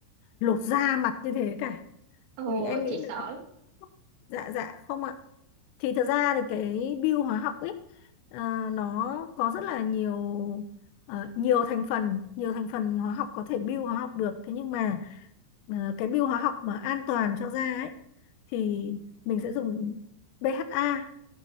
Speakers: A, on the left; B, on the right.
A: lột da mặt như thế cả
B: ồ,
A: vì em nghĩ
B: chị sợ
A: là nó
B: lắm.
A: dạ dạ không ạ thì thật ra thì cái bio hóa học ấy à, nó có rất là nhiều ờ, nhiều thành phần nhiều thành phần hóa học có thể bio hóa học được thế nhưng mà ờ, cái bio hóa học mà an toàn cho da ấy thì mình sẽ dùng BHA